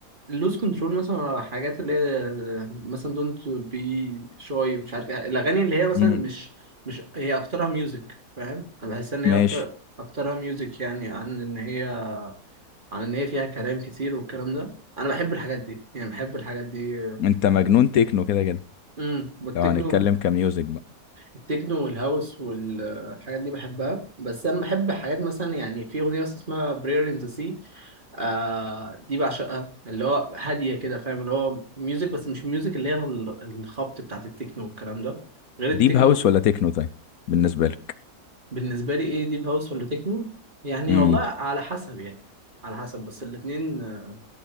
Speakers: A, on the right (about 35°); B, on the left (about 70°).
A: لوز كنترول مثلا على حاجات اللي هي مثلا دونت بي شوي مش عارف ايه الاغاني اللي هي مثلا
B: مم.
A: مش مش هي اكترها ميوزك فاهم انا بحس ان هي
B: ماشي
A: اكتر اكترها ميوزك يعني عن ان هي عن ان هي فيها كلام كتير والكلام ده انا بحب الحاجات دي يعني بحب الحاجات دي
B: انت مجنون تكنو كده كده
A: امم والتكنو
B: لو هنتكلم كميوزك بقى
A: التكنو والهاوس والحاجات دي بحبها بس انا بحب حاجات مثلا يعني في اغنيه بس اسمها prayer in the sea آه دي بعشقها اللي هو هاديه كده فاهم اللي هو ميوزك بس مش ميوزك اللي هي ال- الخبط بتاعت التكنو والكلام ده غير
B: ديب
A: التكنو
B: هاوس ولا تكنو طيب بالنسبة لك
A: بالنسبه لي ايه ديب هاوس ولا تكنو يعني
B: امم
A: والله على حسب يعني على حسب بس الاتنين آه،